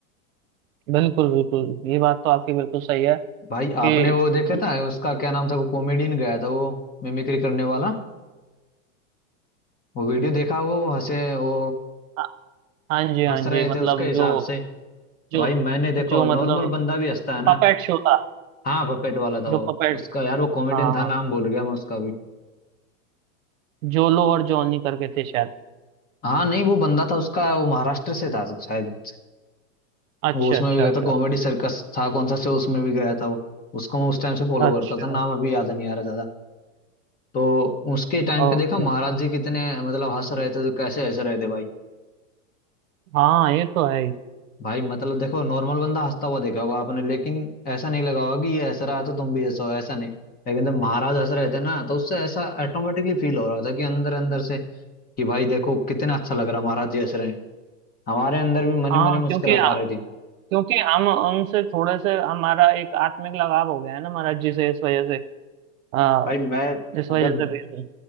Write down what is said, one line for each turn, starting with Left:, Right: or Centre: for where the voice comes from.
Right: बिल्कुल बिल्कुल ये बात तो आपकी बिल्कुल सही है
Left: भाई
Right: कि
Left: आपने वो देखे
Right: उन
Left: था उसका क्या नाम था वो कॉमेडियन गया था वो मिमिक्री करने वाला वो वीडियो देखा वो वो हंसे वो
Right: हाँ हाँ जी हाँ
Left: हंस
Right: जी
Left: रहे
Right: मतलब
Left: थे उसके हिसाब
Right: जो
Left: से
Right: जो
Left: भाई मैंने
Right: जो
Left: देखो
Right: मतलब
Left: नॉर्मल बंदा भी हंसता है ना
Right: पपेट शो था
Left: हाँ पपेट वाला था
Right: जो
Left: वो
Right: पपेट
Left: उसका यार वो कॉमेडियन
Right: हाँ
Left: था
Right: हाँ
Left: नाम भूल गया मैं उसका भी
Right: जोलो और जॉनी करके थे शायद
Left: हाँ नहीं वो बंदा था उसका वो महाराष्ट्र से था शायद
Right: अच्छा
Left: वो उसमें
Right: अच्छा
Left: भी गया
Right: अच्छा
Left: था कॉमेडी सर्कस था कौन सा शो उसमें भी गया था वो उसको मैं उस टाइम से फॉलो
Right: अच्छा
Left: करता था नाम अभी याद नहीं आ रहा ज्यादा तो उसके टाइम
Right: ओके
Left: पे देखा महाराज जी कितने मतलब हंस रहे थे तो कैसे हंस रहे थे भाई
Right: हाँ ये तो है ही।
Left: भाई मतलब देखो नॉर्मल बंदा हंसता हुआ देखा होगा आपने लेकिन ऐसा नहीं लगा होगा कि ये हंस रहा है तो तुम भी हंसो ऐसा नहीं लेकिन जब महाराज हंस रहे थे ना तो उससे ऐसा ऑटोमेटिकली फील हो रहा था कि अंदर अंदर से कि भाई देखो कितना अच्छा लग रहा है, महाराज जी हंस रहे हैं हमारे अंदर भी मन
Right: हाँ
Left: ही मन में मुस्कुराहट
Right: क्योंकि
Left: आ रही थी
Right: क्योंकि हम उनसे थोड़े से हमारा एक आत्मिक लगाव हो गया है ना महाराज जी से इस वजह से आ,
Left: भाई मैं
Right: इस
Left: अगर
Right: वजह से भेज रहे